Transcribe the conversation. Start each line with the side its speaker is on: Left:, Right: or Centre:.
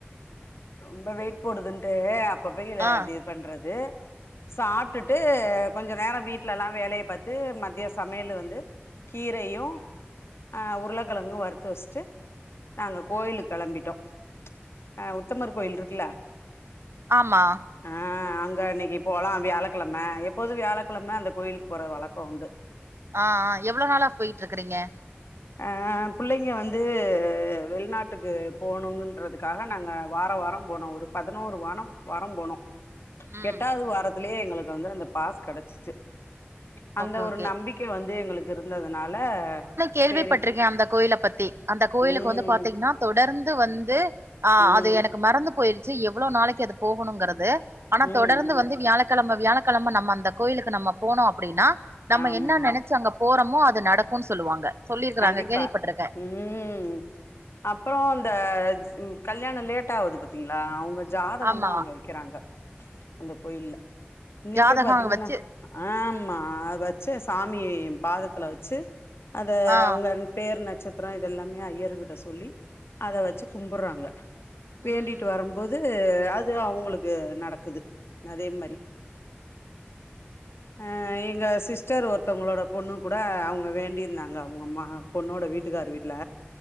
Left: ரொம்ப வெயிட் போடுதுன்ட்டு அப் அப்பப்பைல
Right: ஆ
Left: அப்டியே பண்றது சாப்ட்டுட்டு
Right: ம்
Left: கொஞ்ச நேர வீட்ல எல்லா வேலைய பாத்து மதிய சமையலு வந்து கீரையும் ஆ உருளக்கெழங்கு வறுத்து வச்சுட்டு நாங்க கோயிலுக்கு
Right: ம்
Left: கெளம்பிட்டோ ஆ உத்தமர் கோயில் இருக்குல்ல
Right: ஆமா
Left: ஆ அங்க இன்னைக்கு போலா வியாழக்கிழம எப்போது வியாழக்கிழம அந்த கோயிலுக்கு போற வழக்கோ உண்டு.
Right: ஆ ஆ எவ்ளோ‌ நாளா போயிட்டு இருக்குறீங்க?
Left: ஆ ஆ புள்ளைங்க வந்து வெளிநாட்டுக்கு போணுங்குன்றதுக்காக நாங்க வாரா வாரம் போனோ ஒரு பதினோரு வானம் வாரம் போனோ
Right: ம்
Left: எட்டாவது வாரத்துலேயே எங்களுக்கு வந்து அந்த பாஸ் கெடைச்சிச்சு. அந்த
Right: ஓகே
Left: ஒரு
Right: ஓகே
Left: நம்பிக்க வந்து எங்களுக்கு இருந்ததுனால
Right: கேள்விப்பட்டிருக்க
Left: சேரி
Right: அந்த கோயில பத்தி அந்த கோயிலுக்கு
Left: ம்
Right: வந்து பாத்தீங்கன்னா தொடர்ந்து வந்து ஆ
Left: ம்
Right: அது எனக்கு மறந்து போயிருச்சு எவ்வளோ நாளைக்கு அது போகணுங்கிறது ஆனா
Left: ம்
Right: தொடர்ந்து
Left: ம்
Right: வந்து வியாழக்கெழம வியாழக்கெழம நம்ம அந்த கோயிலுக்கு நம்ம போனோ அப்டின்னா நம்ம
Left: ஆமா
Right: என்ன
Left: ஆமா
Right: நெனைச்சு அங்க போறோமோ அது நடக்குன்னு சொல்லுவாங்க. சொல்லிருக்கறாங்க
Left: கண்டிப்பா
Right: கேள்விப்பட்டிருக்கே
Left: ம் அப்புற இந்த ம் கல்யாண லேட் ஆகுது பாத்தீங்களா அவுங்க ஜாதகம்லா
Right: ஆமா
Left: அங்க வெக்கிறாங்க. அந்த கோயில்ல இன்னைக்கே
Right: ஜாதகோ
Left: பாத்தீங்கன்னா
Right: வச்சு
Left: ஆமா அத வச்சா சாமி பாதத்துல வச்சு அத
Right: ஆ
Left: அவுங்க பேர் நட் சத்திரம் இதெல்லாமே ஐயருக்கிட்ட சொல்லி அத வச்சு கும்புட்றாங்க.
Right: ம்
Left: வேண்டிட்டு வரும்போது அது அது அவுங்களுக்கு நடக்குது அதே மாரி ஆ எங்க சிஸ்டர் ஒருத்தவங்களோட பொண்ணுக்கு கூட அவுங்க வேண்டியிருந்தா அவுங்க அம்மா பொண்ணோட வீட்டுக்கார் வீட்ல